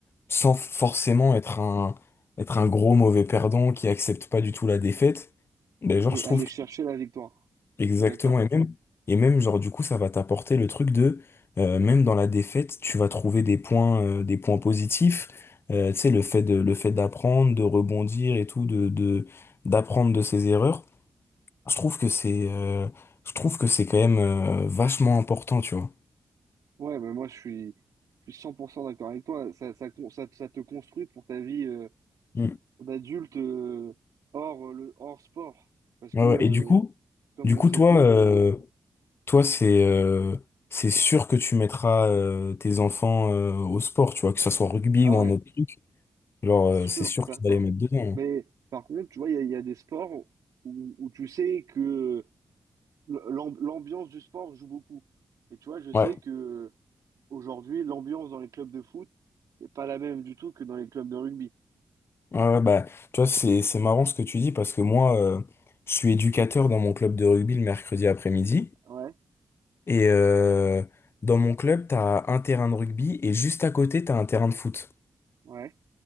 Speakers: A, on the left; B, on the right.
A: sans forcément être un, être un gros mauvais perdant qui accepte pas du tout la défaite. Ben, genre,
B: mais
A: je
B: aller
A: trouve
B: chercher
A: que-
B: la victoire
A: exactement,
B: Je suis d'accord
A: et même, et même, genre, du coup, ça va t'apporter le truc de, euh, même dans la défaite, tu vas trouver des points, euh, des points positifs. Euh, tu sais, le fait de, le fait d'apprendre, de rebondir et tout, de, de, d'apprendre de ses erreurs. Je trouve que c'est, euh, je trouve que c'est quand même, euh, vachement important, tu vois.
B: Ouais, bah moi je suis, je suis 100% d'accord avec toi. Ça, ça, con- ça, ça te construit pour ta vie euh,
A: Mm.
B: d'adulte euh, hors, euh, le, hors sport. Parce que,
A: Ouais,
B: euh,
A: ouais. Et du coup,
B: comme
A: du
B: on
A: coup,
B: le sait
A: toi,
B: tous,
A: euh,
B: euh,
A: Toi, c'est euh, c'est sûr que tu mettras euh, tes enfants euh, au sport, tu vois, que ça soit rugby
B: ah
A: ou
B: ouais,
A: un autre truc. Genre, euh,
B: sûr,
A: c'est sûr
B: certain.
A: que tu vas les mettre dedans.
B: Mais
A: hein.
B: par contre, tu vois, il y a, il y a des sports où, où tu sais que l'am- l'ambiance du sport joue beaucoup. Et tu vois, je sais
A: Ouais,
B: que aujourd'hui, l'ambiance dans les clubs de foot n'est pas la même du tout que dans les clubs de rugby.
A: ouais, ouais, bah, tu vois, c'est c'est marrant ce que tu dis parce que moi, euh, je suis éducateur dans mon club de rugby le mercredi après-midi.
B: Ouais,
A: Et euh, dans mon club, t'as un terrain de rugby et juste à côté, t'as un terrain de foot.
B: ouais,